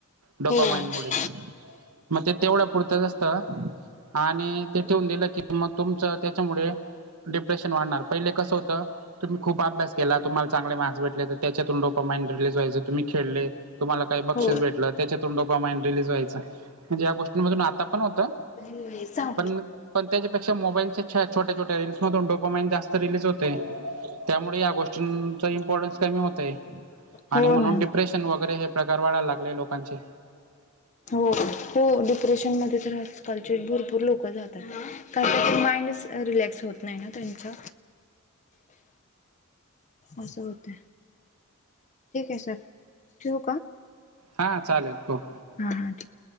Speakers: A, on the right; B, on the left.
A: डोपा
B: हो हम्म
A: माइनमुळे मग ते तेवढा पुरतचसत आणि ते ठेवून दिलं की मग तुमच त्याच्यामुळे डिप्रेशन वाढणार पहिले कसं होतं तुम्ही खूप अभ्यास केला तुम्हाला चागले मार्क् भेटले तर त्याच्यातून डो मंड रिलीज वयचं तु् खेळले तुम्हाला काही बक्षीस
B: हो
A: भेटलं त्याच्यातूनंडोपा माइंड रिलीज व्हायं म्हणजे या गोष्टींमधून आता पण होत
B: <inaudible>
A: पण पण त्याच्यापेक्षा मोबाईल छट छोट्या रील्स न्हून डोपो मईन जास्त रिलीज होत त्यामुळे या गोष्टींचा इम्पॉर्टन्स कमी होतय
B: हो
A: आणि म्हणून
B: ना
A: डिप्रेशन वगैरे हे प्रकार वाढायला लागले लोकांचे
B: हो हो डिप्रेशनमध्येध्ये तर आजकालचे भरपूर लोक जातात कार माइंड रिलॅक्स होत नाही ना त्यांचा असं होत ठीक आहे सर ठेवू
A: हा चालेल हो
B: हा हा ठीक